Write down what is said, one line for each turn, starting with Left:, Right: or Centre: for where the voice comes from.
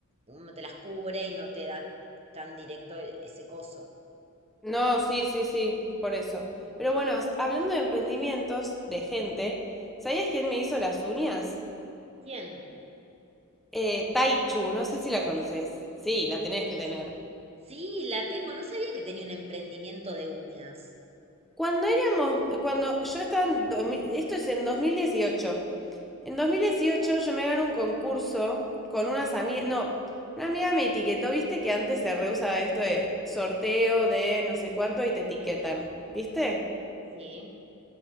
Right: como te las cubre y no te da tan directo e- ese coso.
Centre: No, sí, sí, sí, por eso. Pero bueno, hablando de emprendimientos de gente, ¿sabías quién me hizo las uñas?
Right: ¿Quién?
Centre: Eh, Taichu, no sé si la conoces. Sí, la tenés que tener.
Right: Sí, la tengo. No sabía que tenía un emprendimiento de uñas.
Centre: Cuando éramos, cuando yo estaba en, 2000 esto es en 2018. En 2018 yo me gané un concurso con unas amigas, no, una amiga me etiquetó, viste que antes se reusaba esto de sorteo de no sé cuánto y te etiquetan, ¿viste?
Right: Sí.